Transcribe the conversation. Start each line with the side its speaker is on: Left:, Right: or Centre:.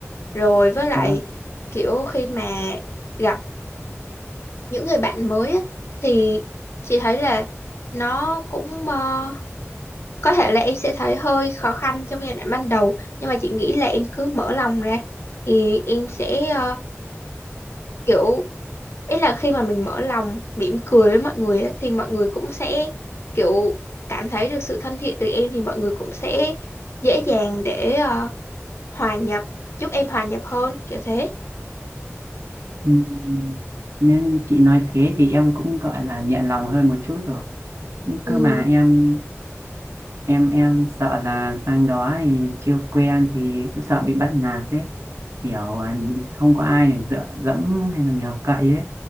Left: rồi với lại
Right: Ờ,
Left: kiểu khi mà gặp những người bạn mới á, thì chị thấy là nó cũng ờ, có thể là em sẽ thấy hơi khó khăn trong giai đoạn ban đầu nhưng mà chị nghĩ là em cứ mở lòng ra thì em sẽ ờ, kiểu ý là khi mà mình mở lòng mỉm cười với mọi người á, thì mọi người cũng sẽ kiểu cảm thấy được sự thân thiện từ em thì mọi người cũng sẽ dễ dàng để ờ, hòa nhập giúp em hòa nhập hơn kiểu thế
Right: ừm, nên chị nói thế thì em cũng gọi là nhẹ lòng hơn một chút rồi nhưng
Left: ừ,
Right: cơ mà em em em sợ là sang đó thì chưa quen thì cứ sợ bị bắt nạt đấy kiểu à, không có ai để dựa dẫm hay là nhờ cậy ấy